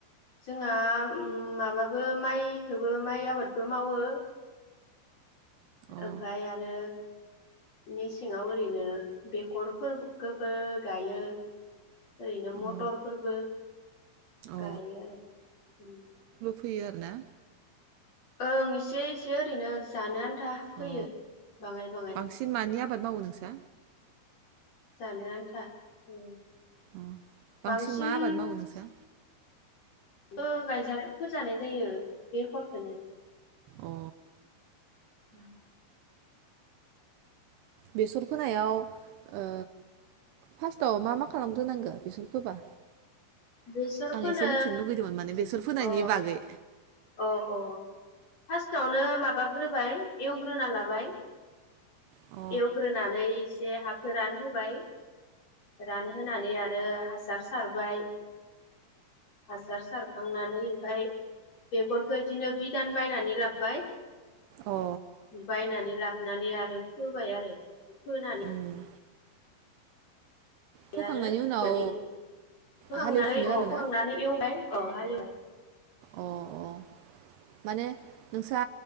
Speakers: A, on the left; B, on the right.
A: जोंहा माबाबो माइखोबो माइ आबादबो मावो।
B: अ
A: ओमफाय आरो मेसेङाव ओरैनो बेखरफोरखोबो गायो। ओरैनो
B: अ
A: मथरफोरबो
B: अ
A: गायो आरो उम।
B: फोयो आरो ना?
A: ओं एसे एसे ओरैनो जानो आन था
B: अ
A: फोयो बाङाय बाङाय
B: बांसिन मानि आबाद मावो नोंसा?
A: जानो आन्था उम
B: अ
A: बांसिन
B: मा आबाद मावो नोंस्रा?
A: ओ गायजा फोजानाय जायो बेखरखोनो
B: अ
A: <inaudible>
B: बेसर फोनायाव ओ फार्स्टआव मा मा खालामग्रोनांगो बेसर फोबा?
A: बेसर
B: आं
A: फोनो
B: एसे मिथिनो लुगैदोंमोन माने बेसर फोनायनि
A: अ
B: बागै
A: अ अ फार्स्टआवनो माबाग्रोबाय एवग्रोना लाबाय।
B: अ
A: एवग्रोनानै एसे हाखो रानहोबाय रानहोनानै आरो हासार सारबाय हासार सारखांनानै ओमफाय बेफोरखौ बिदिनो बिदान बायनानै लाब्बाय
B: अ
A: बायनानै लाब नानै आरो फोबाय आरो फोनानै
B: उम
A: बे
B: फोखांनायनि
A: आरो
B: उनाव
A: माने ओ मावनानै
B: हालेवफिनो
A: अ'
B: आरोना?
A: फोखांनानै एवबाय। <unintelligible> औ हालेवबाय।
B: अ' अ' माने नोंसा